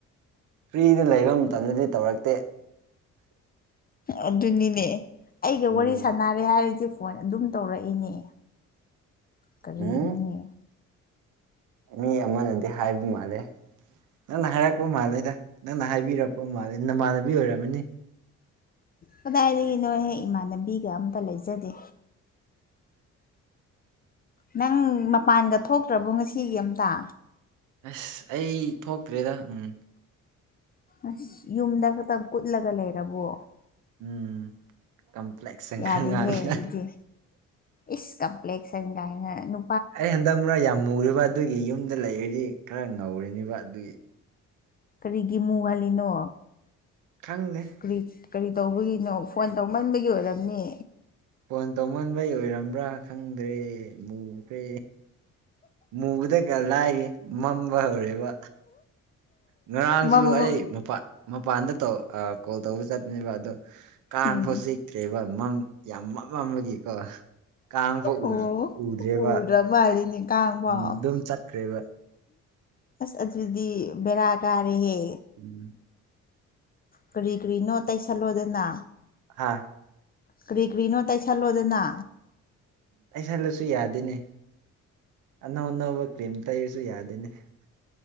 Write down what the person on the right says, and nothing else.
ꯐ꯭ꯔꯤꯗ ꯂꯩꯕ ꯃꯇꯝꯗꯗꯤ ꯇꯧꯔꯛꯇꯦ
ꯎꯝ
ꯎꯝ ꯃꯤ ꯑꯃꯅꯗꯤ ꯍꯥꯏꯕ ꯃꯥꯜꯂꯦ ꯅꯪꯅ ꯍꯥꯏꯔꯛꯄ ꯃꯥꯜꯂꯦꯗ ꯅꯪꯅ ꯍꯥꯏꯕꯤꯔꯛꯄ ꯃꯥꯜꯂꯦ ꯅꯃꯥꯟꯅꯕꯤ ꯑꯣꯏꯔꯝꯃꯅꯤ
ꯑꯁ ꯑꯩ ꯊꯣꯛꯇ꯭ꯔꯦꯗ ꯎꯝ
ꯎꯝ ꯀꯝꯄ꯭ꯂꯦꯛꯁꯟ
ꯈꯔ ꯉꯥꯡꯉꯦ
ꯑꯩ ꯍꯟꯗꯛ ꯃꯨꯔꯥ ꯌꯥꯝ ꯃꯨꯔꯤꯕ ꯑꯗꯨꯒꯤ ꯌꯨꯝꯗ ꯂꯩꯔꯗꯤ ꯈꯔ ꯉꯧꯔꯤꯅꯦꯕ ꯑꯗꯨꯒꯤ
ꯈꯪꯗꯦ
ꯐꯣꯟ ꯇꯧꯃꯟꯕꯩ ꯑꯣꯏꯔꯝꯕ꯭ꯔꯥ ꯈꯪꯗ꯭ꯔꯦ ꯃꯨꯈ꯭ꯔꯦ ꯃꯨꯕꯗꯒ ꯂꯥꯏꯔꯤꯌꯦ ꯃꯝꯕ ꯍꯧꯔꯦꯕ ꯉꯔꯥꯡꯁꯨ
ꯑꯩ ꯃꯄꯥꯟ ꯃꯄꯥꯟꯗ ꯀꯣꯜ ꯇꯧꯕ ꯆꯠꯄꯅꯦꯕ ꯑꯗꯣ ꯀꯥꯡ
ꯐꯥꯎ ꯆꯤꯛꯇ꯭ꯔꯦꯕ ꯃꯝ ꯌꯥꯝ ꯃ ꯃꯝꯃꯒꯤꯀꯣ ꯀꯥꯡ ꯐꯥꯎ
ꯎꯗ꯭ꯔꯤ ꯎꯗ꯭ꯔꯦꯕ
ꯎꯝ ꯑꯗꯨꯝ ꯆꯠꯈ꯭ꯔꯦꯕ
ꯎꯝ
ꯍꯥꯥ
ꯇꯩꯁꯜꯂꯁꯨ ꯌꯥꯗꯦꯅꯦ ꯑꯅꯧ ꯑꯅꯧꯕ ꯀ꯭ꯔꯤꯝ ꯇꯩꯔꯁꯤ ꯁꯨ ꯌꯥꯗꯦꯅꯦ